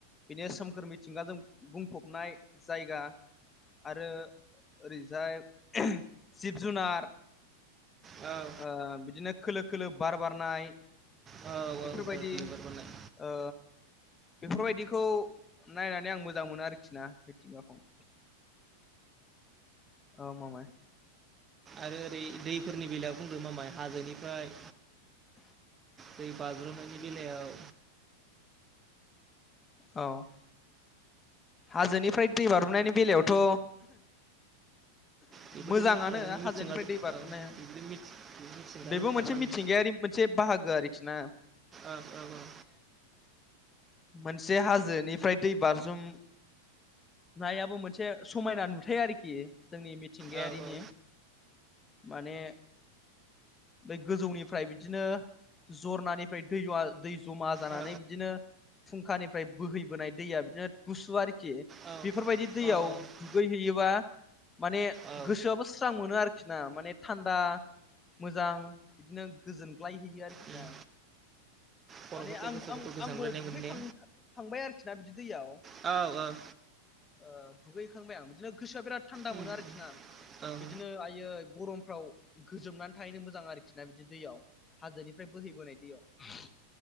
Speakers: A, on the left (about 20°); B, on the right (about 20°).
A: बिनि सोमखोर मिथिंगाजों बुंफबनाय जायगा आरो ओरैजाय जिब जुनार
B: औ
A: ओ बिदिनो खोलो खोलो बार बारनाय
B: औ औ
A: बेफोरबायदि
B: औ केलकुलेटर बानाय
A: ओ बेफोरबायदिखौ नायनानै आं मोजां मोनो आरोखि ना मिथिंगाखौ औ मामाय
B: आरो ओरै दैफोरनि बेलायाव बुंदों मामाय हाजोनिफ्राय दै बाज्रुमनायनि बेलायाव
A: औ हाजोनिफ्राय दै बार'नायनि बेलायावथ'
B: बेबोथ'
A: मोजाङानो
B: नों बुंनांगोन
A: हाजोनिफ्राय
B: मिथिंगाजों
A: दै बारज्रुमनाया
B: औ बिदिनो मिथिंगाजों
A: बेबो
B: खारलाङो
A: मोनसे मिथिंगायारि मोनसे से बाहागोआरोखिना
B: औ औ औ
A: मोनसे हाजोनिफ्राय दै बारज्रुम नायाबो मोनसे समायना नुथाय आरोखि जोंनि मिथिंगायारिनि
B: औ औ
A: माने बे गोजौनिफ्राय बिदिनो जरनानिफ्राय दै आ दै जमा जानानै
B: उम
A: बिदिनो फुंखानिफ्राय बोहैबोनाय दैया बिदिनो गुसु आरोखि
B: औ
A: बेफोरबायदि दैयाव
B: औ
A: दुगै हैैयोबा माने
B: औ
A: गोसोआबो स्रां मोनो आरोखि ना माने थान्दा मोजां बिदिनो गोजोनग्लायहैयो आरोखि
B: उम
A: दा
B: खर'फोरखौ
A: माने आं
B: गोसोफोरखौ
A: आं
B: गोजांग्लायनाय
A: आंबो दुगै
B: मोनो ने
A: थांबाय आरोखि ना बिदि दैयाव
B: औ औ औ
A: ओ दुगै हैखांबाय आं बिदिनो गोसोआ बिराद थान्दा
B: उम
A: मोनो आरोखि ना
B: उम
A: बिदिनो बिनो आय गरमफ्राव गोजोबनानै थाहैनो मोजां आरोखि ना बिदि दैयाव हाजोनिफ्राय बोहैबोनाय दैयाव